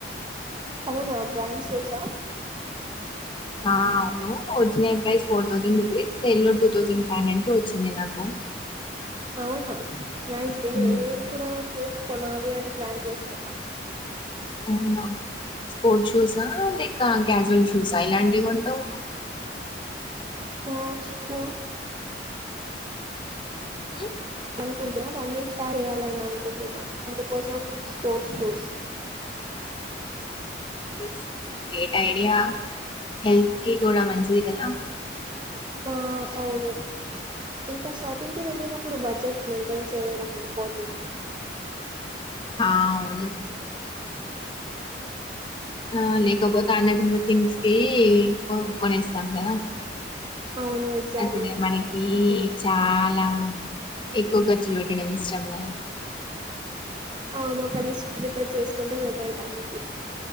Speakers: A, on the right; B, on the left.
A: అవునా బ్రాంచ్ షూసా
B: ఆ అవును original price four thousand rupees sale లో టూ థౌజండ్ ఫైవ్ హండ్రెడ్ వచ్చింది నాకు
A: అవునా నైస్ దేన్
B: హ్మ్.
A: నేను కూడా షూస్ కొనా అని ప్లాన్ చేస్తున్నా
B: అవునా స్పోర్ట్ షూసా లేకా క్యాజువల్ షూసా ఏలాంటివి కొంటావు
A: స్పోర్ట్స్ పో
B: ఇ
A: అంటున్నా రన్నింగ్ స్టార్ట్ చేయాలి అని అనుకుంటున్నాను అందు కోసం స్పోర్ట్స్ షూస్
B: ప్జ్ గ్రేట్ ఐడియా హెల్త్ కి కూడా మంచిది కదా
A: ఆ అవును ఇంకా షాపింగ్కిి వెళ్ళినప్పుడు బడ్జెట్ మెయింటైన్ చేయడం ఇంపార్టెంట్
B: ఆ అవును ఆ లేకపోతే అన్నది థింగ్స్ ఏ కొనే సంగా
A: అవును ఎగ్జాక్ట్లీ
B: అది మనకి చాలా ఎక్కువ ఖర్చులు పెట్టడం ఇష్టంగా
A: అవునుక్క లిస్ట్ ప్రిపేర్ చేసుకుంటే పెట్టారు దానికి